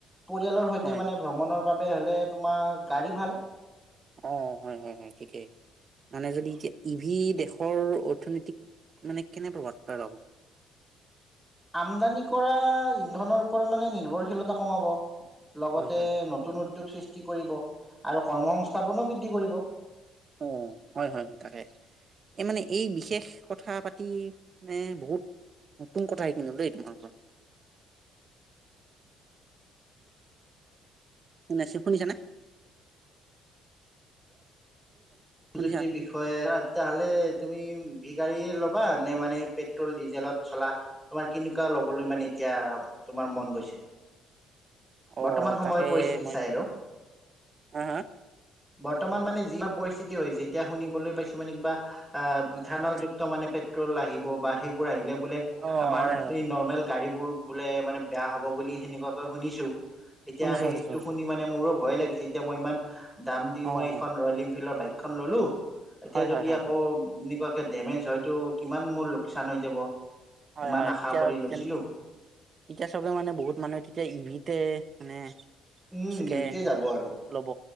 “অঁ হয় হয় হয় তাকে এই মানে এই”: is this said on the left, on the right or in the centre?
Right